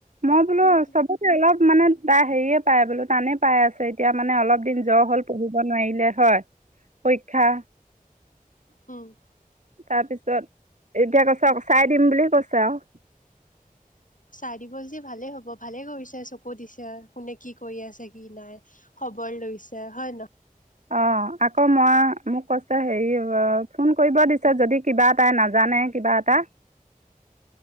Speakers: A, on the right; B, on the left.
A: মই বোলো
B: উম,
A: সবতে অলপ। মানে তাৰ হেৰিয়ে পাই বোলো টানে পাই আছে এতিয়া মানে অলপ দিন জ্বৰ হ'ল পঢ়িব নোৱাৰিলে। হয়', পৰীক্ষা
B: অহ',
A: তাৰপিছত এতিয়া কৈছ চাই দিম বুলি কৈছে আৰু।
B: চাইদিব যদি ভালেই হ'ব ভালে কৰিছে চকু দিছে কোনে কি কৰি আছে কি নাই। খবৰ লৈছে হয় নহ।
A: অহ', আকৌ মই মোক কৈছে হেৰি অহ', ফোন কৰিব দিছে যদি কিবা এটাই নাজানে কিবা এটা।